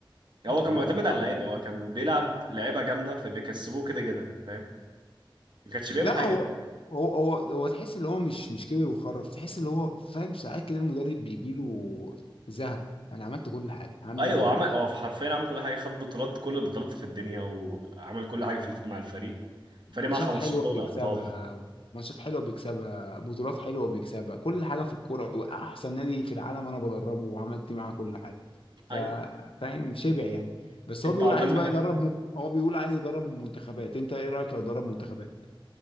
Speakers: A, on the right (about 55°); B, on the left (about 80°).
A: يعني هو كان
B: اه
A: معتمد
B: بقى تعبان
A: على اللعيبه هو كان بيلعب لعيبه جامده فبيكسبوه كده كده فاهم ما كانش
B: لا
A: بيعمل حاجه
B: هو هو هو هو تحس ان هو مش مش كبر وخرف تحس ان هو فاهم ساعات كده المدرب بيجي له زهق انا عملت كل حاجه هعمل
A: ايوه
B: ايه تاني
A: هو عمل هو حرفيا عمل كل حاجه خد بطولات كل البطولات في الدنيا وعمل كل حاجه في مع الفريق
B: ماتشات
A: الفريق معاه 15
B: حلوه
A: دوري
B: بيكسبها
A: ابطال
B: ماتشات حلوه بيكسبها بطولات حلوه بيكسبها كل حاجه في الكوره احسن نادي في العالم انا بدربه وعملت معاه كل حاجه ف-
A: ايوه
B: فاهم شبع يعني بس
A: انت
B: هو بيقول
A: عقبال
B: عايز
A: ما
B: بقى
A: حد
B: يدرب م... هو بيقول عايز يدرب منتخبات انت ايه رايك لو درب منتخبات